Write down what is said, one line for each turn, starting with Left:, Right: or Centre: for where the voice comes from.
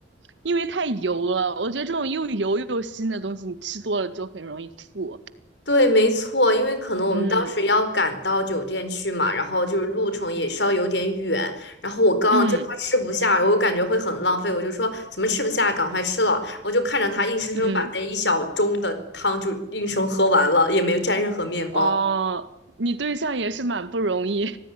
Right: 因为太油了，我觉得这种又油又腥的东西，你吃多了就很容易吐。
Left: 对，没错，因为可能我们当时要赶到酒店去嘛，
Right: 嗯
Left: 然后就是路程也稍有点远，然后我刚就他吃不下，
Right: 嗯
Left: 我感觉会很浪费，我就说怎么吃不下，赶快吃了，我就看着他硬生生把那一小盅的汤就硬生喝完了，
Right: 嗯，
Left: 也没蘸任何面包，
Right: 哦，你对象也是蛮不容易。